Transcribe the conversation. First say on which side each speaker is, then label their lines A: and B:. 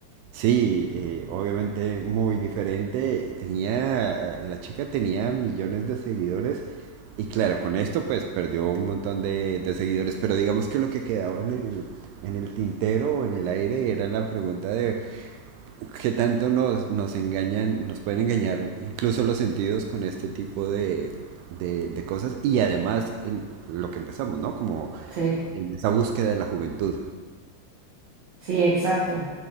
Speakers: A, on the right; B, on the right.
A: sí, eh, obviamente muy diferente. Tenía, la chica tenía millones de seguidores y claro, con esto pues perdió un montón de, de seguidores, pero digamos que lo que quedaba en el, en el tintero o en el aire era la pregunta de qué tanto nos, nos engañan, nos pueden engañar incluso los sentidos con este tipo de, de, de cosas y además en lo que empezamos, ¿no? Como
B: sí.
A: en esa búsqueda de la juventud.
B: Sí, exacto.